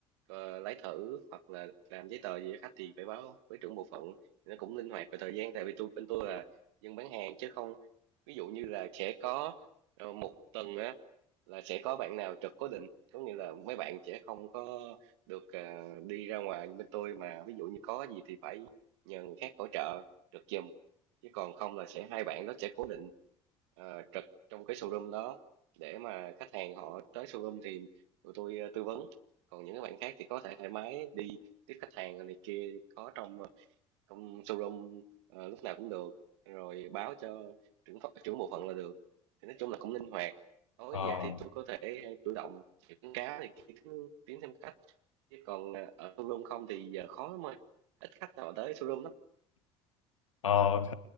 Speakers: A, on the right; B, on the left.
A: ờ, lấy thử hoặc là làm giấy tờ gì cho khách thì phải báo với trưởng bộ phận nó cũng linh hoạt về thời gian tại vì tôi bên tôi là dân bán hàng chứ không ví dụ như là sẽ có ờ, một tuần á là sẽ có bạn nào trực cố định có nghĩa là mấy bạn sẽ không có được ờ, đi ra ngoài như bên tôi mà ví dụ như có gì thì phải nhờ người khác hỗ trợ trực giùm chứ còn không là sẽ hai bạn đó sẽ cố định ờ, trực trong cái showroom đó để mà khách hàng họ tới showroom thì tụi tôi ờ, tư vấn còn những cái bạn khác thì có thể thoải mái đi tiếp khách hàng này kia có trong không showroom ờ, lúc nào cũng được rồi báo cho trưởng phó- trưởng bộ phận là được thì nói chung là cũng linh hoạt tối
B: ờ
A: về thì tôi có thể ờ, chủ động quảng cáo thì kiếm tiến thêm khách chứ còn ờ, ở showroom không thì giờ khó lắm ơi ít khách nào tới showroom lắm
B: Ờ, ok,